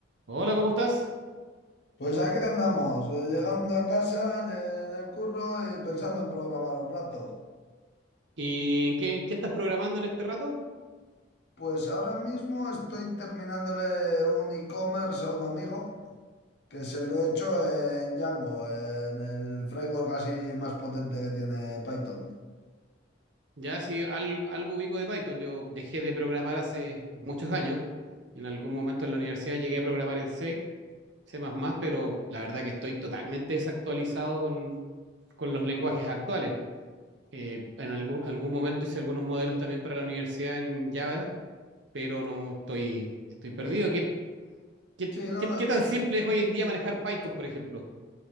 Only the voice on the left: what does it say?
Pues aquí andamos, eh, llegando a casa de- del curro y pensando en programar un rato.
Pues ahora mismo estoy terminándole un e-commerce a un amigo que se lo he hecho en Django, en el framework así más potente que tiene Python.
<laughs>
Sí, no,
eh,